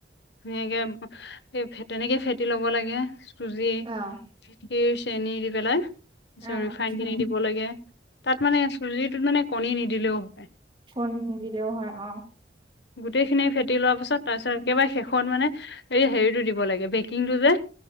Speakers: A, on the left; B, on the right.
A: ধুনীয়াকে তেনেকে ফেটি লব লাগে। চুজি
B: অ',
A: চুজি চেনী দি পেলাই
B: অ',
A: ৰিফাইন খিনি দিব লাগে। তাত মানে চুজি মানে কণী নিদিলেও হয়।
B: কণ দিলেও হয় অ',
A: গোটেই খিনি ফেটি লোৱাৰ পাছত তাৰ পিছত একেবাৰে শেষত মানে এই হেৰিতটো দিব লাগে বেকিংটো যে।